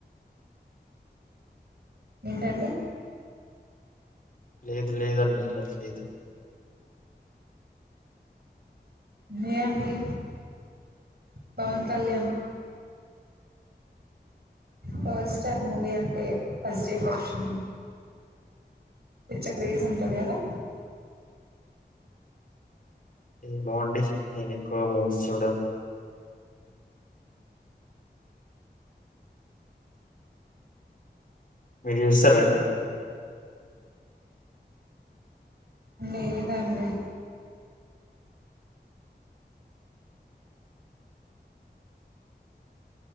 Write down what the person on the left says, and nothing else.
లేదు లేదండి ఎళ్లట్లేదు
ఏం బాగుంట నేను ఎక్కువ మూవీస్ చూడను మీరు చూస్తారండి